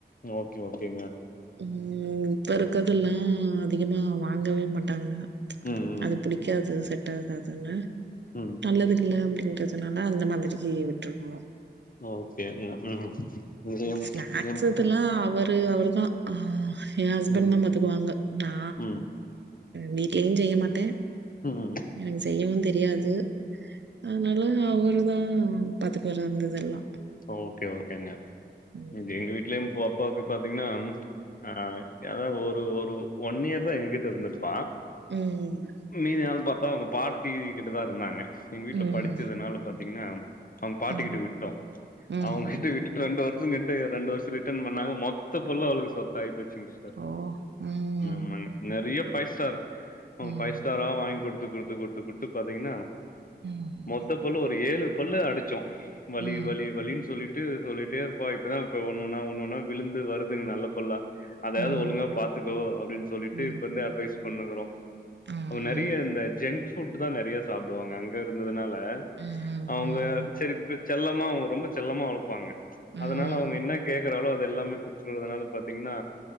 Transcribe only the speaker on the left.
ஓகே ஓகேங்க
ம், ம்.
ம்.
ஓகேங்க. ம். இதயம்
எம் எம்
ம்,
ம்,
ம், ம்.
ஓகே ஓகேங்க
எங்க வீட்லயு போப்பாக்கு பாத்தீங்கன்னா ஆ அதா ஒரு ஒரு ஒன் இயர் தா எங்ககிட்ட இருந்திருப்பா
மீதி நாள் பாத்தா அவங்க பாட்டி கிட்டுதா இருந்தாங்க எங்க வீட்டுல
படிச்சதுனால பாத்தீங்கன்னா அவங்க பாட்டிக்கிட்ட
விட்டோ
அவங்கிட்ட விட் கிட்ட ரெண்டு வருஷோ கிட்ட ரெண்டு வருஷோ ரிட்டன் பண்ணாங்க மொத்த பள்ளும் அவளுக்கு சொத்த ஆகி போய் சூஸ் ஸ்டார்
ஆமாங்க நறைய பைவ் ஸ்டார் அவுங்க
பைவ் ஸ்டாரா வாங்கி குடுத்து குடுத்து குடுத்து குடுத்து பாத்தீங்கன்னா
மொத்த பள்ளு ஒரு ஏழு பள்ளு அடிச்சோ வலி
வலி வலின்னு சொல்லிட் விட்டு சொல்லிட்டே இருப்பாங்க இப்டிதா இப்ப ஒண்ணுன்னா ஒண்ணுன்னா விழுந்து வருதுங் நல்ல பள்ளா அதயாது
ஒழுங்கா பாத்துக்கோ அப்டின்னு சொல்லிட்டு
இப்ப இருந்தே அட்வைஸ் பண்ணுக்றோ
அ நறைய இந்த ஜங்க் ஃபுட் தா நறைய சாப்டுவாங்க அங்க இருந்ததுனால
அவுங்க சேரி து செல்லமா அவுங்க ரொம்ப செல்லமா வளப்பாங்க
அதனால அவுங்க என்ன கேக்குறாலோ அது எல்லாமே குடு சொல்றதுனால பாத்தீங்கன்னா